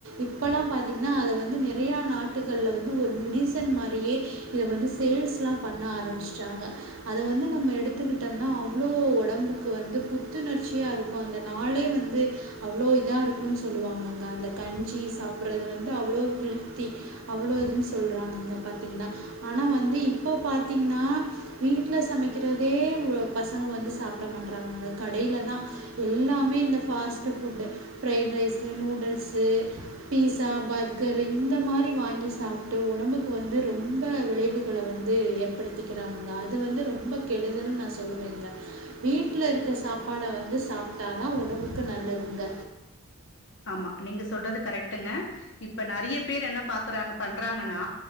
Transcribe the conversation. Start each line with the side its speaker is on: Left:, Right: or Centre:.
Right: இப்போலாம் பார்த்திங்கன்னா அதை வந்து நிறையா நாட்டுகளில் வந்து ஒரு மெடிசன் மாரியே இத வந்து சேல்ஸ்லாம் பண்ண ஆரம்பிச்சட்டாங்க அத வந்து நம்ம எடுத்துக்கிட்டோம்னா அவ்வளோ உடம்புக்கு வந்து புத்துணர்ச்சியாக இருக்கும் அந்த நாளே வந்து அவ்வளோ இதா இருக்கும்ன்னு சொல்லுவாங்கங்க அந்த கஞ்சி சாப்பிடுறது வந்து அவ்வளோ ஹெல்த்தி அவ்வளோ இதுன்னு சொல்றாங்கங்க பாத்தீங்கன்னா ஆனா வந்து இப்போ பார்த்தீங்கன்னா வீட்டுல சமைக்கிறதே பசங்க வந்து சாப்பிட மாட்டறாங்கங்க கடையில தான் எல்லாமே இந்த fast food fried rice noodles pizza burger இந்த மாரி வாங்கி சாப்பிட்டு உடம்புக்கு வந்து ரொம்ப விளைவுகள வந்து ஏற்படுத்திக்கிறாங்கங்க அது வந்து ரொம்ப கேடுதல்ு நான் சொல்லுவேங்க வீட்டில் இருக்கிற சாப்பாடா வந்து சாப்பிட்டா தான் உடம்புக்கு நல்லது ங்க
Left: ஆமா நீங்க சொல்றது கரெக்டுங்க இப்ப நிறைய பேர் என்ன பாக்குறாங்க பண்றாங்கன்னா